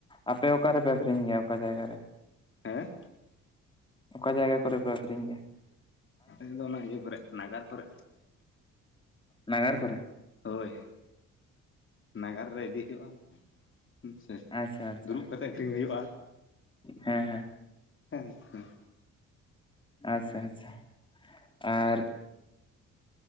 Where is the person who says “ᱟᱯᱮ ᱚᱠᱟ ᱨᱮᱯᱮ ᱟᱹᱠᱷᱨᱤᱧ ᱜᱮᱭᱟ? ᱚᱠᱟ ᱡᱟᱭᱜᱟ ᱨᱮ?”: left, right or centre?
Left